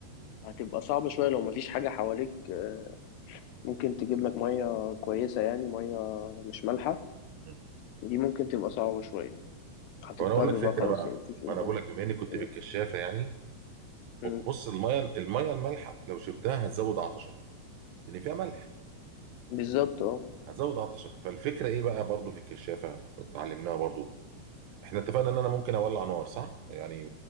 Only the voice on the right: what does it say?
مم.
طب انا اقول لك فكره
بقى
ما انا بقول لك بما اني كنت
في الكشافه يعني
ممكن بص الميه الميه المالحه لو شربتها هتزود عطشك لان فيها ملح
هتزود عطشك فالفكره ايه بقى برضو في الكشافه كنت علمناها برضو احنا اتفقنا ان انا ممكن اولع نار صح يعني